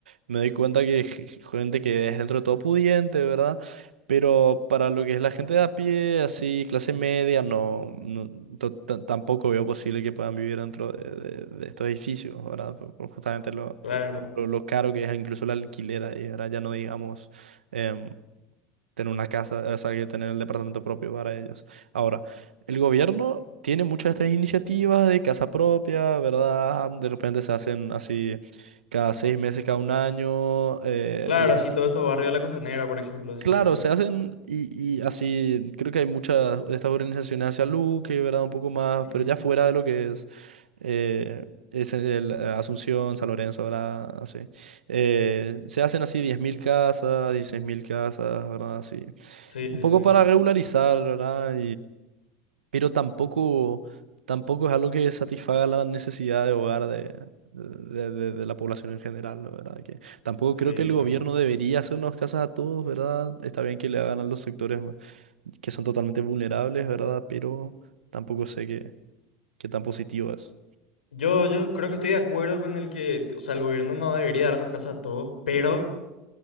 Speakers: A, on the right; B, on the left.
A: me doy cuenta que g- gente que es dentro de todo pudiente, ¿verdad? Pero para lo que es la gente de a pie, así, clase media, no, no- to- ta- tampoco veo posible que puedan vivir dentro de, de- de estos edificios, ¿verdad? Por, por justamente lo,
B: Claro.
A: lo, lo caro que es incluso el alquiler ahí, ¿verdad? Ya no digamos em, tener una casa, o sea, que tener el departamento propio para ellos. Ahora, el gobierno tiene muchas de estas iniciativas de casa propia, ¿verdad? De repente se hacen así cada seis meses, cada un año, eh,
B: Claro,
A: diez,
B: así todos estos barrios de la Costanera, por ejemplo, así,
A: Claro,
B: ¿verdad?
A: se hacen y, y así, creo que hay muchas de estas organizaciones de salud que, ¿verdad? Un poco más,
B: Ujú.
A: pero ya fuera de lo que es, eh, es el, eh, Asunción, San Lorenzo, ¿verdad? Así. Eh, se hacen así 10.000 casas, 16.000 casas, ¿verdad? Así.
B: Sí,
A: Un
B: sí,
A: poco
B: sí.
A: para regularizar, ¿verdad? pero tampoco, tampoco es algo que satisfaga la necesidad de hogar de, de, de- de la población en general, ¿no? ¿verdad? Que tampoco
B: Sí,
A: creo que el gobierno
B: claro.
A: debería hacernos casas a todos, ¿verdad? Está bien que le hagan a los sectores ma- que son totalmente vulnerables, ¿verdad? Pero tampoco sé qué, qué tan positivo es.
B: Yo, yo creo que estoy de acuerdo con el que, o sea, el gobierno no debería darnos casa a todos, pero